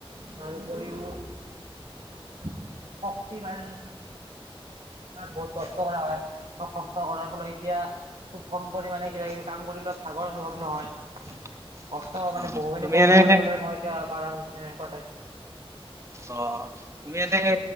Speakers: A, on the right; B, on the right.
A: তাৰ উপৰিও যি শক্তি <unintelligible> বহুত কষ্ট কৰা হয় ত' কষ্ট কৰাৰ ফলত এতিয়া খুব কম পৰিমাণে কিবা কিবি কাম কৰিলেও ভাগৰ অনুভৱ নহয়।
B: <inaudible>
A: কষ্ট মানে
B: অ
A: বহুখিনি
B: তুমি
A: কষ্ট
B: এনে
A: কৰিবলৈ মই এতিয়া পাৰা হৈছে এনেকুৱা টাইপ।
B: অ, তুমি এনেকে